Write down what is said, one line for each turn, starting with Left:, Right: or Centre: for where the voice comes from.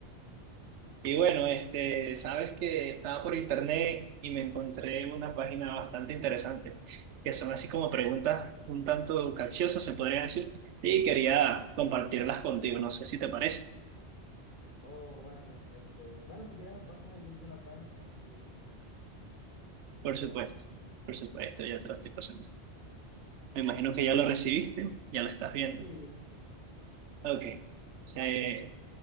Right: Y bueno, este, sabes que estaba por internet y me encontré una página bastante interesante, que son así como preguntas un tanto capciosas, se podría decir, y quería compartirlas contigo, no sé si te parece.
Left: Oh, bueno, este, bueno, si quieres me pasas el link de la página y así las
Right: Por supuesto,
Left: vemos.
Right: por supuesto, ya te lo estoy pasando. Me imagino que ya lo recibiste, ya lo estás viendo.
Left: Sí, listo.
Right: Ok. Eh,